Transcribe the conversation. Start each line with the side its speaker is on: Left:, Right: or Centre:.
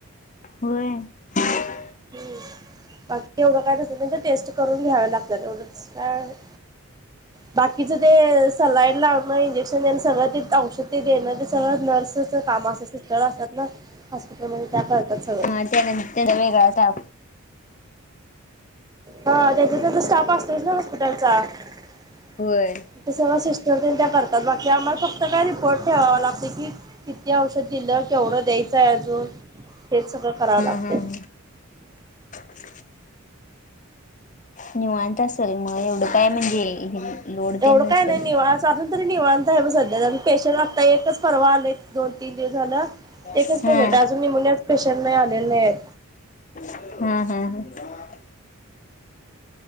Left: होय <inaudible>
Right: हम बाकी एवढं काय नसतं म्हणजे टेस्ट करून घ्यावे लागतात एवढंच <inaudible> बाकीच ते सलाईन लावणं इंजेक्शन देण सगळं ते औषध ते देणं ते सगळं नर्स च काम असत सिस्टर असतात ना हॉस्पिटलमध्ये त्या करतात सगळं
Left: हा तेन त्यांच्यात वेगळ असत आओ
Right: हा त्यांच्या त्यांचा स्टाफ असतोस ना हॉस्पिटलचा तिथं
Left: होय
Right: सर्व सिस तर ते त्या करतात बाकी आम्हाला फक्त काय रिपोर्ट ठेवावा लागते की किती औषध दिलं केवढं द्याय इथं अजुन हे सगळ कराव
Left: हा
Right: लागते
Left: हा हा <inaudible> निवांत तसल म एवढं काय म्हणजे लोडते
Right: एवढं
Left: नसेल
Right: काय नाही निवांत अजून तरी निवांत <inaudible> पेशंट आता एकच परवा आले दोन तीन दिवस झालं एकच
Left: हा
Right: पेशंट अजून निमोनिया पेशंट नही आलेले हेत
Left: हम्म हम्म हम्